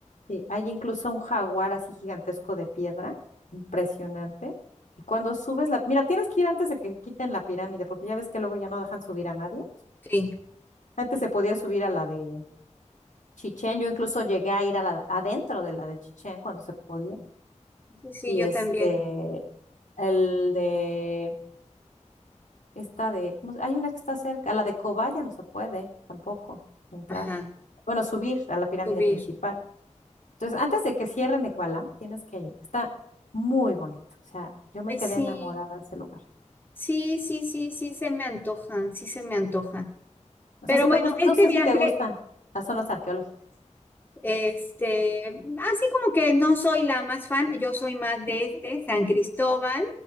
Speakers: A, on the left (about 80°); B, on the left (about 15°).
A: Sí, hay incluso un jaguar así gigantesco de piedra, impresionante. Y cuando subes la... Mira, tienes que ir antes de que quiten la pirámide, porque ya ves que luego ya no dejan subir a nadie.
B: Sí,
A: Antes se podía subir a la de Chichén. Yo incluso llegué a ir a la, adentro de la de Chichén cuando se podía.
B: sí, sí,
A: Y
B: yo
A: este,
B: también.
A: El de esta de, ¿cómo se- Hay una que está cerca, la de Cobaya no se puede tampoco entrar.
B: Ajá,
A: Bueno, subir a la pirámide
B: subir.
A: principal. Entonces, antes de que cierren Ekbalam, tienes que ir. Está muy bonito. O sea, yo me
B: Ay,
A: quedé
B: sí,
A: enamorada de ese lugar.
B: sí, sí, sí, sí, se me antoja, sí se me antoja.
A: O
B: Pero
A: sea, sí me
B: bueno,
A: gusta, no
B: este
A: sé
B: viaje
A: si te gustan las zonas arqueológicas.
B: Este, así como que no soy la más fan, yo soy más de este, San Cristóbal,